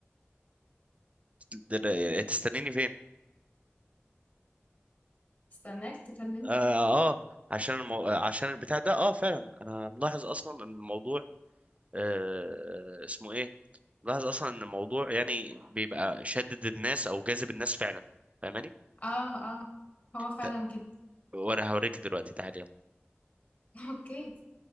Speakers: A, on the right; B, on the left.
A: تقدر- تستنيني فين
B: هاستناك تكلمني،
A: اه, آه عشان المو... آه، عشان البتاع ده اه فعلا انا ملاحظ اصلا ان الموضوع آه اسمه ايه ملاحظ اصلا ان الموضوع يعني بيبقى شدد الناس او جاذب النس فعلا فاهماني
B: آه، آه، هو فعلًا
A: ت-
B: كده.
A: وانا هوريك دلوقتي تعالي
B: أوكي،